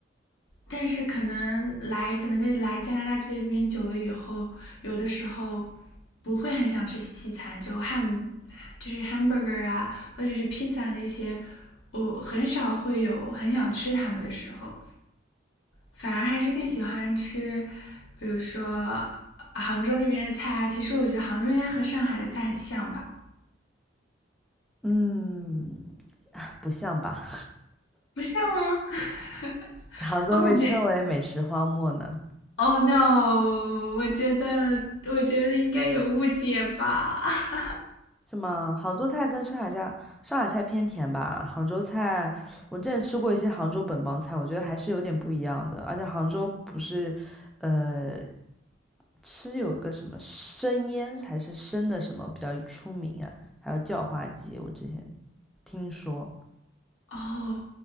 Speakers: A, on the left; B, in the centre.
A: 但是可能来，可能在来加拿大这边久了以后，有的时候不会很想吃西餐，就汉就是 hamburger 啊，或者是 pizza 那些，我很少会有很想吃它们的时候，反而还是更喜欢吃，比如说杭州那边的菜啊。其实我觉得杭州应该和上海的菜很像吧？
B: 嗯，不像吧？
A: 不像吗？<laughs>
B: <laughs> 杭州被称
A: 我感觉
B: <laughs> 为美食荒漠呢。
A: ，Oh no！我觉得，我觉得应该有误解吧。<laughs>
B: 是吗？杭州菜跟上海菜，上海菜偏甜吧。杭州菜，我之前吃过一些杭州本帮菜，我觉得还是有点不一样的。而且杭州不是，呃，吃有个什么生腌还是生的什么比较出名啊？还有叫花鸡，我之前听说。
A: 哦，